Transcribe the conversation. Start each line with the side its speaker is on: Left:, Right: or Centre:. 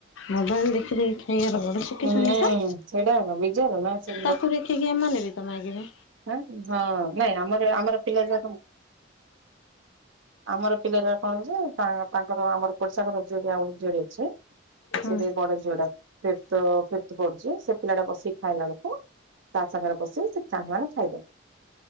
Left: ମୋବାଇଲ ଦେଖି ଦେଖି ଖାଇବାର ବଡ ଶିଖିଛନ୍ତି
Right: ହୁଁ
Left: ତ
Right: ସେଇଟା ବିଜାର ନା ସେ
Left: ତାକୁ ଦେଖିକି ଏମାନେ ବି ତ ମାଗିବେ।
Right: ହ୍ ହଁ ନାଇଁ ଆମର ଏ ଆମର ପିଲା ଯାକ ଆମର ପିଲାଯାକ କଣ ଯେ ତା ତାଙ୍କର ଆମର ପଡିଶା ଘର ଝିଅ ବି ଆଉ ଗୋଟେ ଝିଅଟେ ଅଛି।
Left: ହୁଁ।
Right: ସେଟିକେ ବଡ ଝିଅ ଟା ଫିପତ ଫିପଥି ପଢୁଚି ସେ ପିଲାଟା ବସିକି ଖାଇଲା ବେଳକୁ ତା ସାଙ୍ଗରେ ବସିକି ସେ ଚାଙ୍ଗାଳ ଖାଇବେ